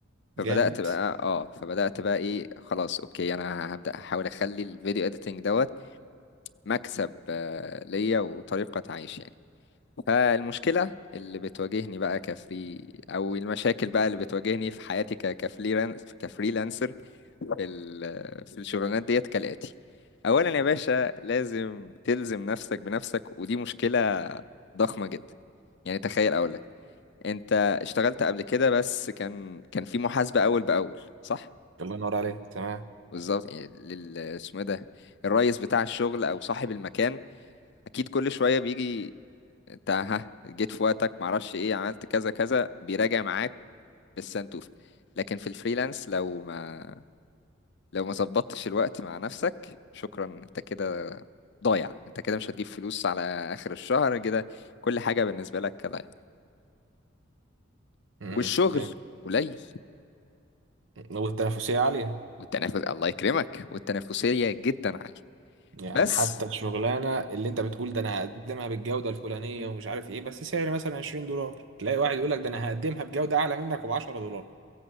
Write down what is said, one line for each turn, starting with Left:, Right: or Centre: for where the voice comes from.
Right: جامد
Left: فبدأت بقى اه فبدأت بقى ايه خلاص اوكي أنا هبدأ أحاول أخلي الفيديو إديتنج دوت مكسب آه ليا وطريقة عيش يعني فالمشكلة اللي بتواجهني بقى كفري أو المشاكل بقى اللي بتواجهني في حياتي ك- كفريلان- كفريلانسر في ال- في الشغلانات ديت كالآتي أولا يا باشا لازم تلزم نفسك بنفسك ودي مشكلة ضخمة جدا يعني تخيل أقول لك أنت اشتغلت قبل كده بس كان كان في محاسبة أول بأول صح؟
Right: الله ينور عليك تمام
Left: بالظبط يعني لل اسمه إيه ده الرئيس بتاع الشغل أو صاحب المكان أكيد كل شوية بيجي انت ها جيت في وقتك معرفش ايه عملت كذا كذا بيراجع معاك بالسنتوفة لكن في الفريلانس لو ما لو ما ظبطتش الوقت مع نفسك شكرا انت كده ضايع انت كده مش هتجيب فلوس على اخر الشهر كده كل حاجة بالنسبة لك ضايع
Right: امم
Left: والشغل
Right: فاهم
Left: قليل
Right: والتنافسية عالية
Left: والتنافس الله يكرمك والتنافسية جدا عالية
Right: يعني
Left: بس
Right: حتى الشغلانة اللي انت بتقول ده انا هقدمها بالجودة الفلانية ومش عارف ايه بس سعر مثلا 20 دولار تلاقي واحد يقول لك ده انا هقدمها بجودة اعلى منك وب 10 دولار